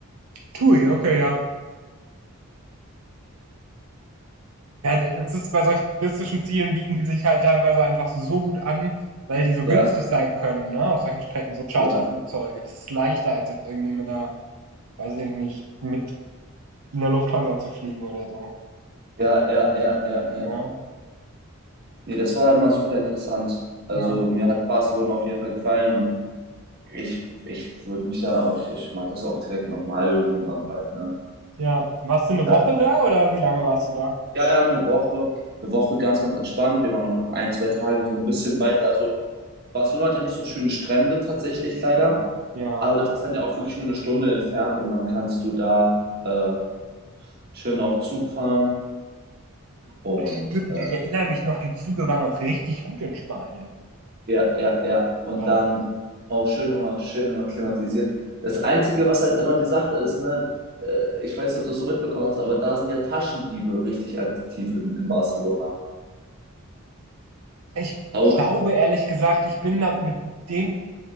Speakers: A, on the right; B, on the right.
A: TUI, okay, ja. Ja, d- das ist bei solchen touristischen Zielen bieten die sich halt teilweise einfach so so gut an, weil die so
B: Ja,
A: günstig sein können, ne? Auf solchen Strecken, so Charterflugzeuge.
B: ja.
A: Das ist leichter als jetzt irgendwie mit einer weiß ich nicht, mit in der Lufthansa zu fliegen oder so.
B: Ja, ja, ja, ja, ja.
A: Ja,
B: Nee, das war immer super interessant. Also
A: ja,
B: mir hat Barcelona auf jeden Fall gefallen und ich, ich würde mich da auch, ich mache das auch direkt nochmal irgendwann bald, ne?
A: ja. Warst du eine
B: Ja,
A: Woche da oder wie lange warst du da?
B: ja, ja, eine Woche, eine Woche ganz, ganz entspannt. Wir waren auch noch ein, zwei Tage so ein bisschen weiter. Also Barcelona hat ja nicht so schöne Strände tatsächlich leider,
A: Ja,
B: aber das ist dann ja auch wirklich nur eine Stunde entfernt und dann kannst du da äh, schön auf Zug fahren und
A: stimmt.
B: äh,
A: Ich erinnere mich noch, die Züge waren auch richtig gut in Spanien.
B: Ja, ja, ja. Und
A: Ja.
B: dann auch schön immer, schön immer klimatisiert. Das Einzige, was halt immer die Sache ist, ne, äh, ich weiß nicht, ob du es so mitbekommen hast, aber da sind ja Taschendiebe richtig aktiv in, in Barcelona.
A: Ich
B: Auch,
A: glaube ehrlich gesagt, ich bin da mit dem,